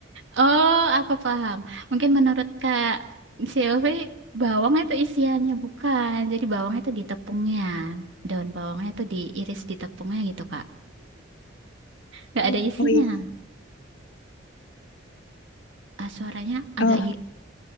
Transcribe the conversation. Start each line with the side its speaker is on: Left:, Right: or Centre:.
Right: Oh, aku paham. Mungkin menurut Kak Silvi, bawang itu isiannya bukan. Jadi bawang itu di tepungnya. Daun bawangnya itu diiris di tepungnya gitu, Kak. Nggak
Left: Oh
Right: ada isinya.
Left: iya.
Right: Ah, suaranya agak
Left: Oh.
Right: hi-